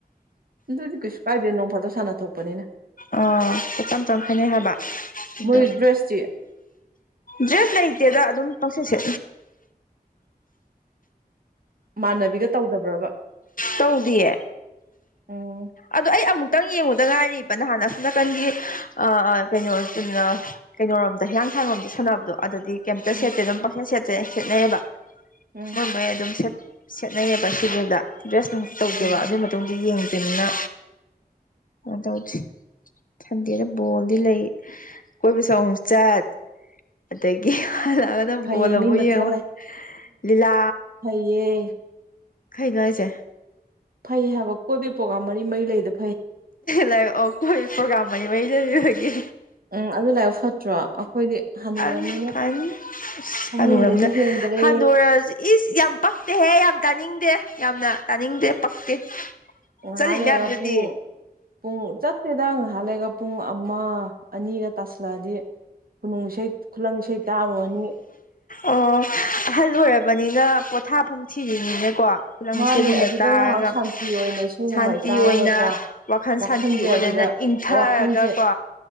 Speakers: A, on the right; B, on the left.
A: ꯑꯗꯨꯗꯤ ꯀꯩꯁꯨ ꯀꯥꯏꯗꯦ ꯅꯣꯡꯐꯥꯗꯣ ꯁꯥꯟꯅ ꯊꯣꯛꯄꯅꯤꯅ
B: ꯑꯣ ꯆꯛꯇꯝ ꯆꯪꯈꯥꯏꯅꯦ ꯍꯥꯏꯕ ꯑꯗꯨ
A: ꯃꯣꯏ ꯗ꯭ꯔꯦꯁꯇꯤ
B: ꯗ꯭ꯔꯦꯁ ꯂꯩꯇꯦꯗ ꯑꯗꯨꯝ ꯄꯪꯁꯁꯦ
A: ꯃꯥꯟꯅꯕꯤꯒ ꯇꯧꯗꯕ꯭ꯔꯕ
B: ꯇꯧꯗꯤꯌꯦ
A: ꯑꯣ
B: ꯑꯗꯣ ꯑꯩ ꯑꯃꯨꯛꯇꯪ ꯌꯦꯡꯉꯨꯗ ꯉꯥꯏꯔꯤꯕ ꯅꯍꯥꯟ ꯑꯁꯣ ꯅꯥꯀꯟꯒꯤ ꯑ ꯀꯩꯅꯣꯅ ꯀꯩꯅꯣꯣꯔꯣꯝꯗ ꯍꯤꯌꯥꯡꯊꯥꯡꯂꯣꯝꯗ ꯁꯥꯟꯅꯕꯗꯣ ꯑꯗꯨꯗꯤ ꯀꯩꯝꯇ
A: ꯎꯝ
B: ꯁꯦꯠꯇꯦ ꯑꯗꯨꯝ ꯄꯪꯁꯦꯟ ꯁꯦꯠꯇꯦ ꯁꯦꯠꯅꯩꯌꯦꯕ
A: ꯎꯝ
B: ꯃꯣꯏ ꯃꯣꯏ ꯑꯗꯨꯝ ꯁꯦꯠꯅꯩꯑꯕ ꯁꯦꯗꯨꯜꯗ ꯗ꯭ꯔꯦꯁ ꯅꯨꯡ ꯇꯧꯗꯦꯕ
A: ꯎꯝ
B: ꯑꯗꯨ ꯗꯤ ꯌꯦꯡꯗꯅꯤꯅ ꯀꯩꯅ ꯇꯧꯗꯦ ꯊꯟꯗꯦꯅ ꯕꯣꯜꯗꯤ ꯂꯩ ꯀꯣꯏꯕꯁꯨ ꯑꯃꯨꯛ ꯆꯠ ꯑꯗꯒꯤꯂꯒꯅ
A: ꯐꯩꯌꯦ
B: ꯕꯣꯜ ꯑꯃꯨꯛ
A: ꯃꯤ ꯃꯆꯥ
B: ꯌꯦꯡꯉ ꯂꯤꯂꯥ
A: ꯌꯦꯦ
B: ꯈꯩꯅꯉꯥꯏꯁꯦ
A: ꯐꯩ ꯍꯥꯏꯕ ꯀꯣꯏꯕ ꯄ꯭ꯔꯒꯥ꯭ꯔꯝ ꯃꯔꯤ ꯃꯔꯤ ꯂꯩꯗꯕ
B: ꯂ ꯑꯩꯣꯏ ꯄ꯭ꯔꯣꯒꯥꯝ ꯃꯅꯤ ꯃꯔꯤ ꯂꯩꯔꯒꯦ
A: ꯎꯝ ꯑꯗꯨ ꯂꯥꯏꯔꯤꯛ ꯐꯠꯇ꯭ꯔꯣ ꯑꯩꯈꯣꯏꯗꯤ ꯍꯅꯨꯔꯕꯅꯤꯅ
B: ꯟꯟ
A: ꯐꯃꯨꯡꯗꯒꯤ
B: ꯍꯅꯨꯔꯝꯗ
A: ꯍꯦꯟꯗ꯭ꯔꯦ
B: ꯍꯅꯨꯔ ꯏꯁ ꯌꯥꯝ ꯄꯛꯇꯦꯍꯦ ꯌꯥꯝ ꯇꯥꯅꯤꯡꯗꯦ ꯌꯥꯝꯅ ꯇꯥꯅꯤꯡꯗꯦ ꯄꯛꯇꯦ
A: ꯉꯥꯏꯍꯥꯛ
B: ꯆꯠꯂꯤꯅꯦꯌꯥꯝꯗꯨꯗꯤ
A: ꯂꯩꯔꯒ ꯄꯨꯡ ꯄꯨꯡ ꯆꯠꯇꯠꯇꯦꯗ ꯉꯍꯥꯟꯜꯂꯒ ꯄꯨꯡ ꯑꯃ ꯑꯅꯤꯒ ꯇꯥꯁꯂꯛꯑꯗꯤ ꯈꯨꯅꯨꯡ ꯏꯁꯩ ꯈꯨꯂꯪ ꯏꯁꯩ ꯇꯥꯔꯨꯔꯅꯤ
B: ꯑꯣ ꯑꯍꯜ ꯑꯣꯏꯔꯕꯅꯤꯅ ꯄꯣꯊꯥꯐꯝ ꯊꯤꯔꯤꯅꯤꯅꯦꯀꯣ ꯈꯨꯂꯪ
A: ꯃꯥꯅꯦ
B: ꯏꯁꯩꯒꯨꯝꯕ
A: ꯑꯗꯨꯗ
B: ꯇꯥꯔꯒ
A: ꯉꯥꯏꯍꯥꯛ ꯁꯥꯟꯇꯤ ꯑꯣꯏꯅ ꯏꯁꯩ
B: ꯁꯥꯟꯇꯤ
A: ꯅꯣꯡꯃꯥꯏ ꯇꯥꯔꯒꯀꯣ
B: ꯑꯣꯏꯅ ꯋꯥꯈꯜ
A: ꯋꯥꯈꯜꯁꯦ
B: ꯁꯥꯟꯇꯤ ꯑꯣꯏꯅꯗꯅ
A: ꯑꯗꯨꯗ
B: ꯏꯪꯊꯔꯒꯀꯣ
A: ꯋꯥꯈꯜꯁꯦ